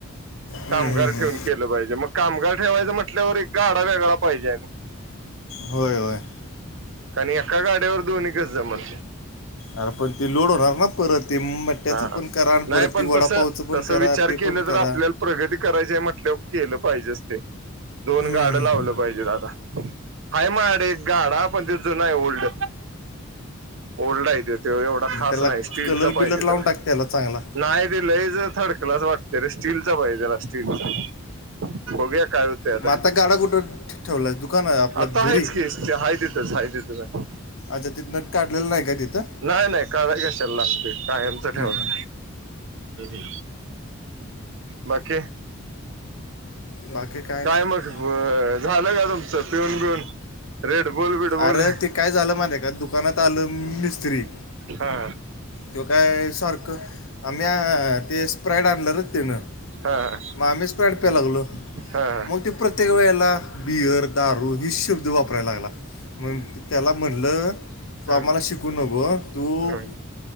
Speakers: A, on the left; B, on the right.
A: हम्म,
B: कामगार
A: हम्म, हम्म.
B: ठेवून केलं पाहिजे मग कामगार ठेवायचं म्हटल्यावर एक गाडा वेगळा पाहिजे.
A: होय होय.
B: आणिण एका गाड्यावर दोन कच जमान
A: अरे पण ते लोड होणार ना परत ते म्याचं
B: हा
A: पण करा आणि
B: नाही
A: परत
B: पण
A: ते वडापावचं
B: तसं
A: पण
B: तसं
A: करा
B: विचार
A: ते
B: केलं
A: पण
B: तर
A: करा.
B: आपल्याला प्रगती करायची आहे म्हटल्या केलं पाहिजे अस ते दोन
A: हम्म.
B: गाडं लावलं पाहिजेत आादा हा माड एक गाडा पण त जुून आहे ओल्ड ओल्ड आहे ति त एवढा
A: मग
B: खास
A: त्याला
B: नाही स्टीलचा
A: कलर
B: पाहिजे
A: बिलर लावून
B: जरा
A: टाक त्याला चांगला
B: नाही दिलं ज थर्ड क्लास वाटते. बाला्ट्या काय होते आता
A: मग गाडा कुठं ठेवला दुकान आपलं
B: आता
A: घरी
B: आहेच की हा तथच हा तथ.
A: आता तिथनं काढलेलं नाही का तिथं
B: नाही नाही करा कशाला लागते कायमच
A: हम्म,
B: ठेवलं. हम् बाकी
A: हम्म. बाकी
B: काय
A: नाही
B: मग झालं का तुमचं पिऊन बिऊन रेडबुल बिडबुल
A: अरे ते काय झालं माझ का दुकानात आलं मिस्त्री
B: हा
A: तें काय सारखं आम्ही ते स्प्रेड आणलंच तेन
B: हा
A: मामेचपॅटपिया लागलो.
B: हा
A: मग ते प्रत्येक वेळेला बियर दारू हि शब्द वापरायला लागला. मग त्याला म्हणलं तू
B: हम्म,
A: आम्हाला शिकू नको तू
B: हम्म,